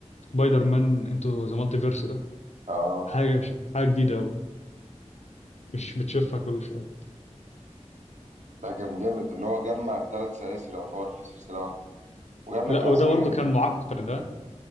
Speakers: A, on the left; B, on the right.
A: سبايدر مان انتو ذا مالتيفيرس ده
B: آه
A: حاجة حاجة جديدة أوي مش بتشوفها كل شوية
B: لا كان جامد إن هو جمع التلات سلاسل يعتبر في سلسلة واحدة وجاب لك
A: لا
B: أصلا
A: وده برضو
B: يعني
A: كان معقد ده